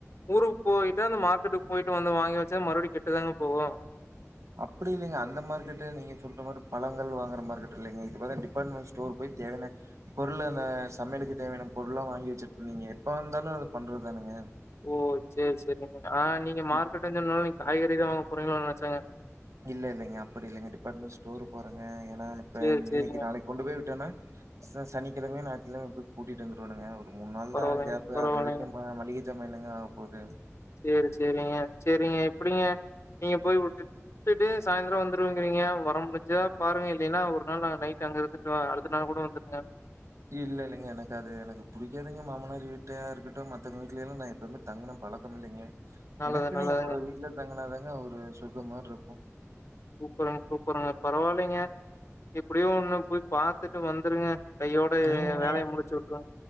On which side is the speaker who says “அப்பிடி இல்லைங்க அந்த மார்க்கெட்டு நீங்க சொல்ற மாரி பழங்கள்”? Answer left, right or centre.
Right